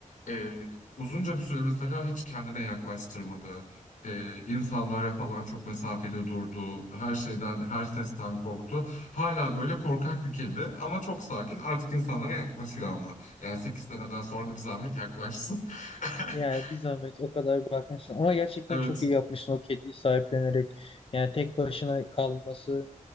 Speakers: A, on the left; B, on the left.
A: e, uzunca bir süre mesela hiç kendine yaklaştırmadı e, insanlara falan çok mesafeli durdu. Her şeyden, her sesten korktu. Hala böyle korkak bir kedi ama çok sakin. Artık insanlara yaklaşıyor ama. Yani 8 seneden sonra da bir zahmet yaklaşsın. <laughs>
B: Yani bir zahmet o kadar bakmışsın. Ama gerçekten
A: Evet,
B: çok iyi yapmışsın o kediyi sahiplenerek. Yani tek başına kalması.